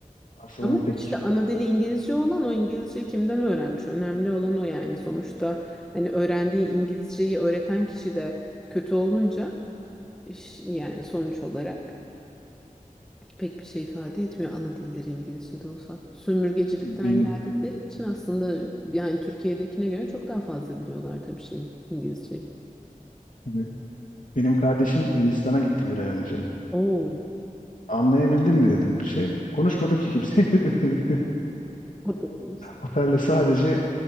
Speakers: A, on the left; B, in the centre.
A: Onlar sanırım
B: Ama
A: pek
B: işte ana dili İngilizce olan o İngilizce kimden öğrenmiş? Önemli olan o yani sonuçta hani öğrendiği İngilizceyi öğreten kişi de kötü olunca iş- yani sonuç olarak pek bir şey ifade etmiyor ana dilleri İngilizce de olsa. Sömürgecilikten
A: benim
B: geldikleri için aslında yani Türkiye'dekine göre çok daha fazla biliyorlar tabii şeyi İngilizceyi.
A: evet, benim kardeşim Hindistan'a gitti bir ay önce.
B: Oo,
A: Anlayabildin mi dedim bir şey. Konuşmadım ki kimseyle <laughs> dedi.
B: o da iyiymiş.
A: Otelde sadece